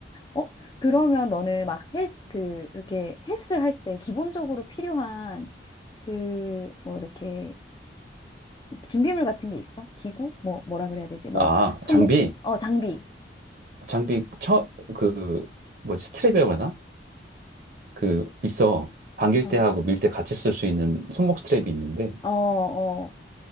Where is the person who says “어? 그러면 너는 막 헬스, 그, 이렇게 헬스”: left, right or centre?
Left